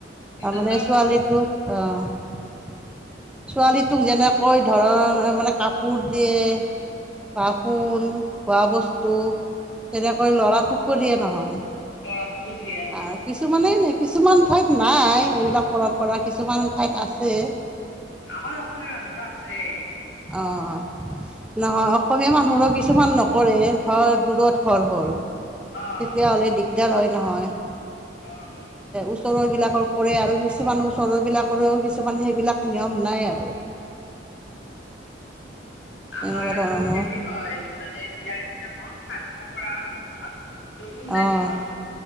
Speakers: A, on the left; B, in the centre.
A: দিনত
B: তাৰমানে ছোৱালীটোক আহ
A: উম <unintelligible>
B: ছোৱালীটোক যেনেকৈ ধৰ, মানে কাপোৰ দিয়ে বা সোন খোৱা বস্তু, তেনেকৈ ল'ৰাতোকো দিয়ে নহয়।
A: দৰাটোকো দিয়ে অ'।
B: আহ কিছুমানে- কিছুমান ঠাইত নাই এইবিলাক পৰম্পৰা, কিছুমান ঠাইত আছে।
A: আমাৰ আছে, আনৰো আছে।
B: অঁ নহয়, অসমীয়া মানুহৰো কিছুমান নকৰে ধৰ দূৰত ঘৰ হ'ল তেতিয়াহ'লে
A: অ'
B: দিগদাৰ হয় নহয়।
A: অ'
B: ওচৰৰ বিলাকৰ কৰে আৰু, কিছুমান ওচৰৰ বিলাকৰো কিছুমান সেইবিলাক নিয়ম নাই আৰু।
A: আমাৰ
B: এনেকুৱা
A: আৰু
B: ধৰণৰ
A: হেৰি হয়, মানে বিয়াৰ দিনাখন শ্ৰাদ্ধ কৰা সময়ত লগুন
B: অ
A: দানি হয়।